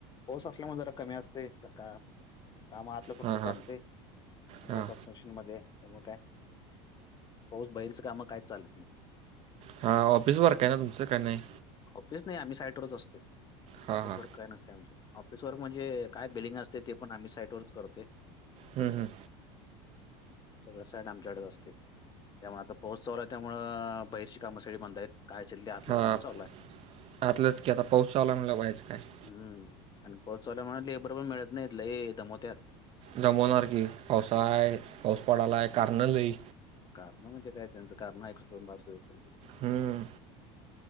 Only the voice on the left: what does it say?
पाऊस असल्यामुळें जरा कमी असतें सकाळीं कामं आातलं फक्तं
चालते मंग
येतांत स्टेशन मध्यें तेव्हा कायं पाऊस बाहिरंच कामं कायं चालत नाहीत
ऑफिस नाहीं आम्हीं साईटवरच असतोय
ऑफिसवर
कायं नसतय आमच्यात ऑफिस वर म्हणजे कायं बिलिंग असतें ते पणं आम्हीं साईट वरच करतोय
सगळं.
<unintelligible> सगळं साईट आमच्यांकडेच असतें त्यामुळें आता पाऊस चालू हाय त्यामुळं बाहेरची कामं सगळी बंद आहेत. कायंआसल आंतलंच
कामं चालू हाय
हम्मं आणि पोहोचवल्यां मुळ लेबर पणं मिळतं नाहींत लय दमवत्यांत
कारणं म्हणजे कायं त्यांचं कारणं ऐक त्यांचें